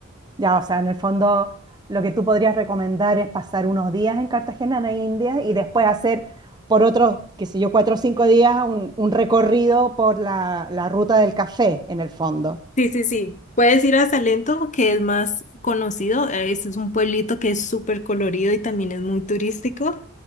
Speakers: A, on the right (about 20°); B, on the left (about 35°).
A: Ya, o sea, en el fondo lo que tú podrías recomendar es pasar unos días en Cartagena de Indias y después hacer por otros, qué sé yo, cuatro o cinco días un, un recorrido por la, la ruta del café, en el fondo.
B: Sí, sí, sí. Puedes ir a Salento, que es más conocido. eh, Ese es un pueblito que es súper colorido y también es muy turístico.